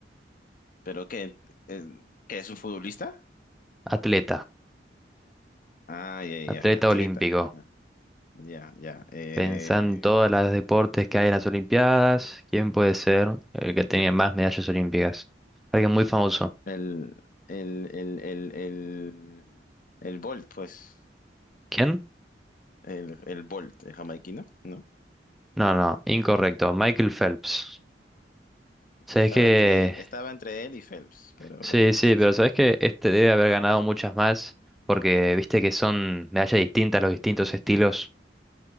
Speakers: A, on the left; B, in the centre.
A: ¿Pero qué? Eh, ¿qué es un futbolista?
B: Atleta.
A: Ah, ya,
B: Atleta
A: ya, atleta.
B: olímpico.
A: Ah, ya, ya. Eh,
B: Pensá en todos los deportes que hay en las Olimpiadas. ¿Quién puede ser el que tenía más medallas olímpicas? Alguien muy famoso.
A: el, el, el, el, el, el Bolt, pues.
B: ¿Quién?
A: El, el Bolt, el jamaiquino, ¿no?
B: No, no, incorrecto. Michael Phelps. Sabes
A: Estaba
B: que.
A: entre, estaba entre él y Phelps, pero
B: Sí,
A: bueno,
B: sí,
A: sí,
B: pero
A: sí, sí.
B: sabes que este debe haber ganado muchas más. Porque viste que son medallas distintas, los distintos estilos.